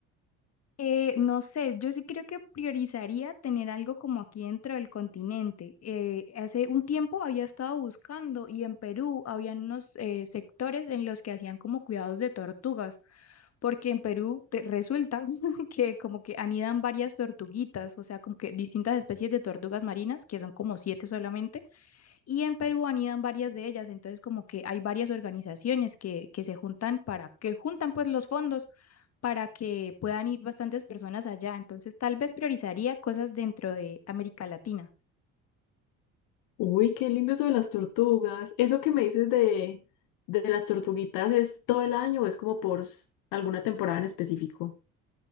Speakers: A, on the left (about 50°); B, on the left (about 75°).
A: Eh, no sé, yo sí creo que priorizaría tener algo como aquí dentro del continente. Eh, hace un tiempo había estado buscando y en Perú habían unos eh, sectores en los que hacían como cuidados de tortugas, porque en Perú te- resulta <laughs> que como que anidan varias tortuguitas, o sea, como que distintas especies de tortugas marinas, que son como siete solamente. Y en Perú anidan varias de ellas, entonces como que hay varias organizaciones que, que se juntan para, que juntan pues los fondos para que puedan ir bastantes personas allá. Entonces tal vez priorizaría cosas dentro de América Latina.
B: Uy, qué lindo eso de las tortugas. ¿Eso que me dices de, de las tortuguitas es todo el año o es como por s- alguna temporada en específico?